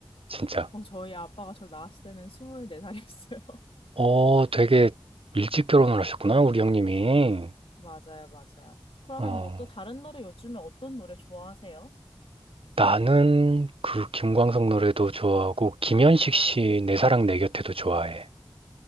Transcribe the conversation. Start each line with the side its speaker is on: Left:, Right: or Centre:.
Right: 진짜.
Left: 어, 저희 아빠가 저를 낳았을 때는 24살이었어요.
Right: 어, 되게 일찍 결혼을 하셨구나, 우리 형님이.
Left: <laughs> 맞아요, 맞아요. 그러면
Right: 어.
Left: 뭐 또 다른 노래 요즘에 어떤 노래 좋아하세요?
Right: 나는 그 김광석 노래도 좋아하고 김현식 씨 내 사랑 내 곁에도 좋아해.